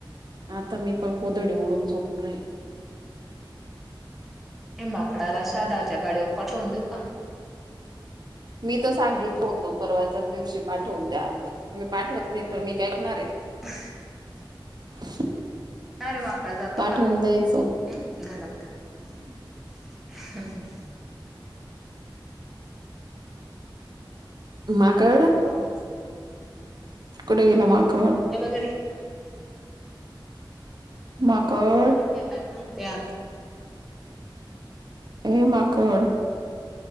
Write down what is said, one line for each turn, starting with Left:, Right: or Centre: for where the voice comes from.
Right: आता मी पण गोदडी ओढून झोपून राही
Centre: हे माकडाला शादाच्या गाडीवर पाठवून देऊ का
Right: मी तर सांगितल होतो परवाच्याच दिवशी पाठवून द्या असं तुम्ही पाठवत नाही तर मी काय करणार आहे
Centre: <inaudible>
Right: <inaudible>
Centre: काय रे वा काय जातो
Right: पाठवून
Centre: का
Right: द्यायचं.
Centre: हम् जाणा बेटा <unintelligible>
Right: माकड
Centre: हा
Right: कुठे गेला माकड
Centre: हे बघ रे
Right: माक -
Centre: काय पण घे काय सांगते आ तू
Right: ए माकड